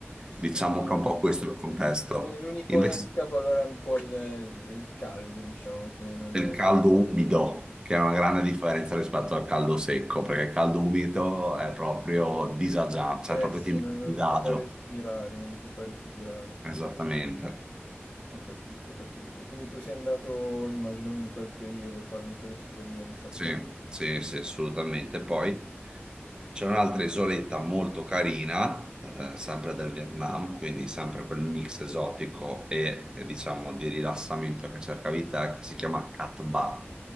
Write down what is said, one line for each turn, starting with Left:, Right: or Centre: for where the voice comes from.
Right: Diciamo
Left: Immagino.
Right: che è un po' questo il contesto.
Left: Sì, que- l'unico
Right: Invece
Left: handicap allora è un po' il, il caldo, diciamo che non
Right: del
Left: è...
Right: caldo umido, che è una grande differenza rispetto al caldo secco, perché il caldo umido è proprio disagiato, cioè
Left: Eh
Right: proprio
Left: sì,
Right: ti metti
Left: non,
Right: a
Left: non
Right: disagio.
Left: ti fa respirare, non ti fa respirare.
Right: Esattamente.
Left: Ho capito, ho capito. Quindi tu sei andato, immagino, in quel periodo, parli per esperienza.
Right: Sì, sì, sì, assolutamente. Poi c'è un'altra isoletta molto carina, eh, sempre del Vietnam, quindi sempre quel mix esotico e, eh, diciamo di rilassamento che cercavi te, che si chiama Cat Ba.